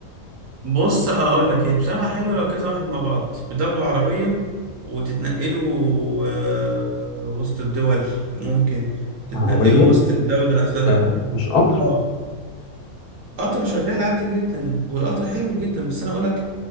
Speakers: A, on the right; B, on the left.
A: بص اقول لك هي بصراحه حلوه لو كذا واحد مع بعض بتاخدوا عربيه وتتنقلوا آه، وسط الدول ممكن تتنقلوا
B: عربية
A: وسط الدوله نفسها
B: ده مش قطر
A: اه قطر شغال عادي جدا والقطر حلو جدا بس انا اقول لك